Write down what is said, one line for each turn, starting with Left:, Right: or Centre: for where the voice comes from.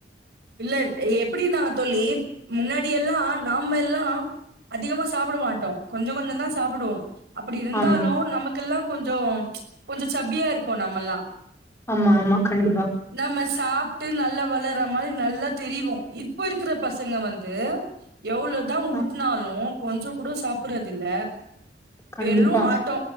Right: இல்ல எப்படி நா தோழி முன்னாடி எல்லா நாமெல்லா அதிகமா சாப்பட மாட்டோ கொஞ்ச கொஞ்ச தா சாப்புடுவோ அப்படி இருந்தாலு
Left: ஆமா
Right: நமக்கெல்லா கொஞ்சோ கொஞ்ச சப்பியா இருப்போ நம்மல்லா
Left: ஆமா ஆமா கண்டிபா
Right: நம்ம சாப்ட்டு நல்ல வளர்ற மாரி நல்லா தெரிவோ இப்ப இருக்கற பசங்க வந்து எவ்ளோதா
Left: அ
Right: ஊட்னாலு கொஞ்சகூட சாப்பறதில்ல
Left: கண்டிப்பா
Right: வெறு ஆட்டோ